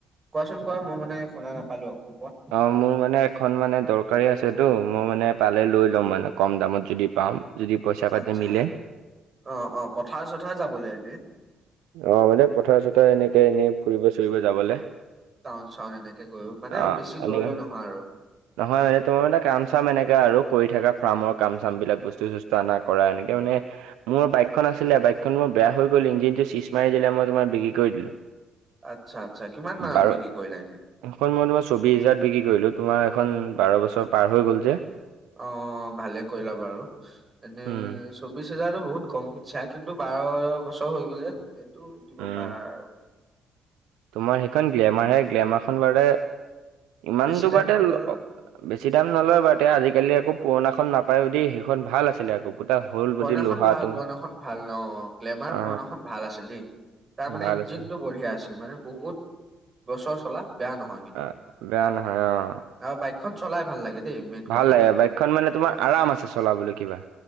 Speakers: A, on the right; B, on the right.
A: কোৱাচোন কোৱা মই মানে শুনা নাপালো আকৌ কোৱা।
B: অঁ মোৰ মানে এখন মানে দৰকাৰী আছেতো মই মানে পালে লৈ ল'ম মানে কম দামত যদি পাম। যদি পইচা পাতে
A: আচ্ছা
B: মিলে।
A: অ', অ', পথাৰ চথাৰে যাবলৈ এনে।
B: অ', মানে পথাৰ চথাৰ এনেকে এনেই ফুৰিব চুৰিব যাবলে।
A: টাউন-চাউন এনেকে গৈউ মানে
B: অ',
A: বেছি দূৰলে
B: এনেকে
A: নহয় আৰু।
B: নহয় মানে তোমাৰ মানে কাম চাম এনেকাে আৰু কৰি থকা ফাৰ্মৰ কাম চাম বিলাক বস্তু চষ্টো আনা কৰা এনেকে মানে। মোৰ বাইকখন আছিলে বাইকখন মোৰ বেয়া হৈ গ'ল ইঞ্জিনটো চিচ মাৰি দিলে মই তোমাৰ বিক্ৰী কৰি দিলোঁ।
A: আচ্ছা, আচ্ছা কিমান মানত
B: বাৰ
A: বিকি কৰিলা এনে?
B: এখন মই তোমাৰ চৌবিশ হাজাৰত বিক্ৰী কৰিলো তোমাৰ এইখন বাৰ বছৰ পাৰ হৈ গ'ল যে।
A: অ', ভালে কৰিলা বাৰু এনে
B: উম
A: স্কু চৌবিছ হোজাৰতো বহুত কম চাই কিন্তু বাৰ বছৰ হৈ গ'ল যে, সেইটো দিব
B: উম
A: পাৰা আৰু।
B: তোমাৰ সেইখন
A: উম,
B: গ্লেমাৰ হে গ্লেমাৰখন বাৰে ইমানটো
A: বেছি দাম
B: পাৰে
A: নলয়।
B: ল, বেছি দাম নলয় বাৰু তে আজিকালি আকৌ পুৰণাখন নাপায়ওদি সেইখন ভাল আছিলে আকৌ। কিবা এটা হল।
A: পুৰণাখন
B: বডি লোহা
A: ভাল
B: তোমাৰ
A: পুৰণাখন ভাল অ', গ্লেমাৰ
B: অ
A: পুৰণাখন ভাল আছিল দেই। তাৰ মানে
B: ভাল
A: ইঞ্জিনটো
B: আছে
A: বঢ়িয়া আছিল মানে বহুত, বছৰ চলা বেয়া নহয়। কিন্তু।
B: আ বেয়া নহয় অ'।
A: আৰু বাইকখন চলাই ভাল লাগে। দেই মেইন
B: ভাল
A: কথা।
B: লাগে বাইকখন মানে তোমাৰ আৰাম আছে চলাবলৈ কিবা।